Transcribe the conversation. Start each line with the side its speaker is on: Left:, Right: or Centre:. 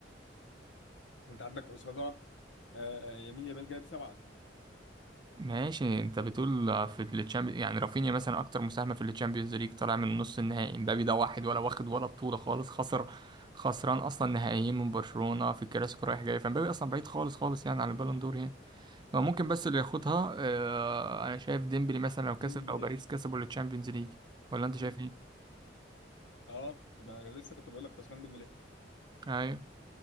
Left: انت عندك قصادها آه، يمين يامال جايب سبعه
Right: ماشي انت بتقول آه، في التشامبيونز يعني رافينيا مثلا اكتر مساهمة في التشامبيونز ليج طالع من نص النهائي مبابي ده واحد ولا واخد ولا بطولة خالص خسر خسران اصلا نهائيين من برشلونة في الكلاسيكو رايح جاي فمبابي اصلا بعيد خالص خالص يعني عن البالون دور يعني هو ممكن بس اللي ياخدها آه، انا شايف ديمبلي مثلا
Left: عثمان
Right: لو كسب
Left: ديمبلي
Right: او باريس كسبوا التشامبيونز ليج ولا انت شايف
Left: مم.
Right: ايه
Left: اه كنت انا لسه كنت بقول لك عثمان ديمبلي
Right: ايوه